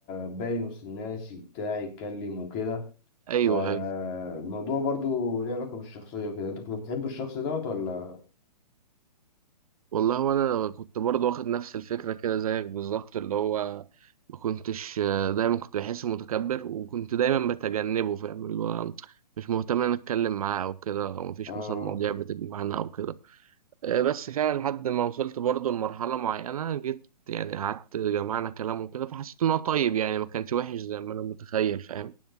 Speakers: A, on the left; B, on the right.
A: باين وسط الناس بتاع يتكلم وكده
B: أيوه
A: فالموضوع
B: أيوه
A: برضه ليه علاقة بالشخصية كده انت كنت بتحب الشخص دوت ولا
B: والله هو أنا كنت برضه واخد نفس الفكرة كده زيك بالظبط اللي هو ما كنتش آه، دايما كنت بحسه متكبر وكنت دايما بتجنبه فاهم اللي هو مش مهتم إن أنا أتكلم معاه أو كده أو مفيش
A: اه
B: مثلا مواضيع بتجمعنا أو كده آه، بس فعلا لحد ما وصلت برضه لمرحلة معينة جيت يعني قعدت جمعنا كلام وكده فحسيت إن هو طيب يعني ما كانش وحش زي ما أنا متخيل فاهم